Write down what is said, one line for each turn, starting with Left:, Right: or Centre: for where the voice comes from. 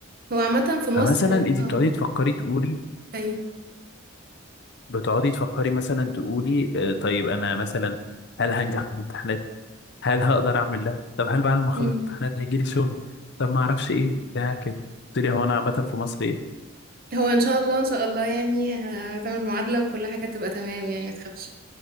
Right: هو عامة في مصر
Left: فمثلا انت
Right: اه
Left: بتقعدي تفكري تقولي
Right: ايوه
Left: بتقعدي تفكري مثلا تقولي آه، طيب انا مثلا هل هنجح في الامتحانات هل هقدر اعمل ده طب هل بعد ما اخلص
Right: مم.
Left: امتحانات هيجي لي شغل طب ما اعرفش ايه بتاع كده قلت لي هو انا عامه في مصر ايه
Right: هو ان شاء الله ان شاء الله يعني هتعمل معادلة وكل حاجة تبقى تمام يعني ما تخافش